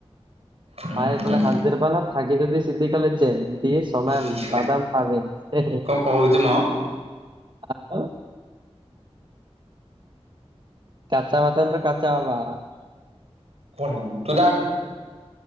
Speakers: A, on the right; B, on the right.
A: ହୁଁ
B: ପାଏ
A: ହୁଁ
B: ଥୋଡ଼ା ହାତର ପଲା ଫଗେ ଯଦି । ସେଧି କଲେ ଚେନ । ଦିଏ ସମାନ
A: ଠିକ୍ ବା
B: ବଦାମ ପାବେ ହେ ହେ
A: କଣ କହୁଛୁ ମ
B: । <inaudible> କାଚା ବାଦାମ କାଚା ବା ।
A: କନ୍ ତୁ ଦା ଏଠୁ ।